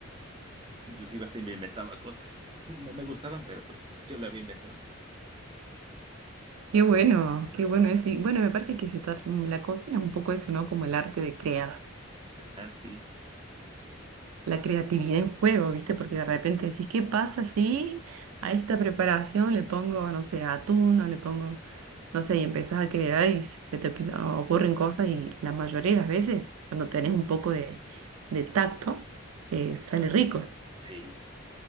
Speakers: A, on the right; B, on the right.
A: inclusive hasta me inventaba cosas, <laughs> no me gustaban, pero pues yo la había inventado.
B: Qué bueno, qué bueno eso. Y bueno, me parece que se trata- la cocina es un poco eso, ¿no? Como el arte de crear.
A: Ah, sí,
B: la creatividad en juego, ¿viste? Porque de repente decís, ¿qué pasa si a esta preparación le pongo, no sé, atún o le pongo, no sé, y empezás a crear y se te empieza- ocurren cosas y la mayoría de las veces, cuando tenés
A: mm,
B: un poco de, de tacto, eh, sale rico.
A: sí,